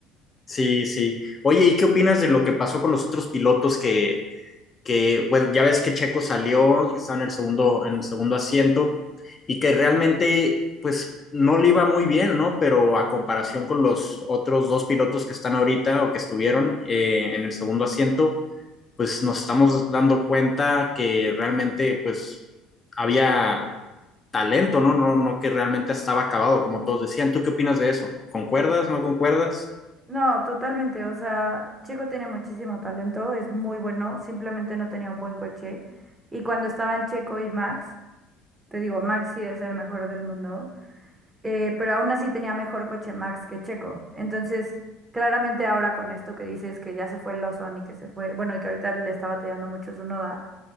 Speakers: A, on the left; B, on the right.
A: Sí, sí. Oye, ¿y qué opinas de lo que pasó con los otros pilotos que, que bueno, ya ves que Checo salió, que estaba en el segundo, en el segundo asiento, y que realmente, pues, no le iba muy bien, ¿no? Pero a comparación con los otros dos pilotos que están ahorita o que estuvieron eh, en el segundo asiento, pues nos estamos dando cuenta que realmente, pues, había talento, ¿no? No, no que realmente estaba acabado, como todos decían. ¿Tú qué opinas de eso? ¿Concuerdas? ¿No concuerdas?
B: No, totalmente. O sea, Chico tiene muchísimo talento, es muy bueno, simplemente no tenía un buen coche. Y cuando estaban Checo y Max, te digo, Max sí es el mejor del mundo, eh, pero aún así tenía mejor coche Max que Checo. Entonces, claramente ahora con esto que dices que ya se fue Lawson y que se fue, bueno, y que ahorita le está batallando mucho su noda,